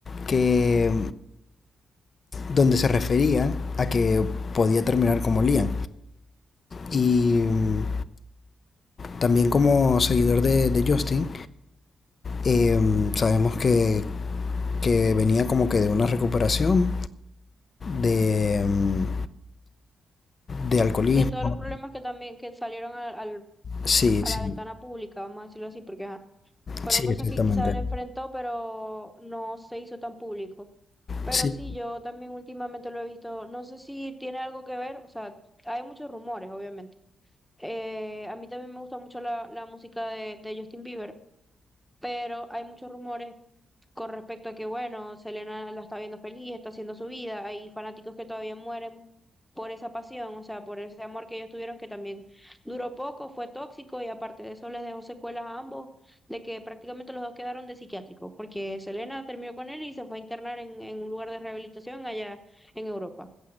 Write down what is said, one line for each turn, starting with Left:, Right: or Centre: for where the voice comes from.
Left: que donde se referían a que podía terminar como Liam. Y mm, también como seguidor de, de Justin, eh, sabemos que, que venía como que de una recuperación de, mm, de alcoholismo.
Centre: de todos los problemas que también que salieron al, al-
Left: Sí,
Centre: a
Left: sí,
Centre: la ventana pública, vamos a decirlo así, porque ajá, fueron
Left: sí,
Centre: cosas
Left: exactamente.
Centre: que quizás él enfrentó, pero no se hizo tan público. Pero
Left: Sí,
Centre: sí, yo también últimamente lo he visto, no sé si tiene algo que ver, o sea, hay muchos rumores, obviamente. Eh, a mí también me gusta mucho la, la música de, de Justin Bieber, pero hay muchos rumores con respecto a que, bueno, Selena la está viendo feliz, está haciendo su vida, hay fanáticos que todavía mueren por esa pasión, o sea, por ese amor que ellos tuvieron que también duró poco, fue tóxico y aparte de eso les dejó secuelas a ambos, de que prácticamente los dos quedaron de psiquiátricos porque Selena terminó con él y se fue a internar en, en un lugar de rehabilitación allá en Europa.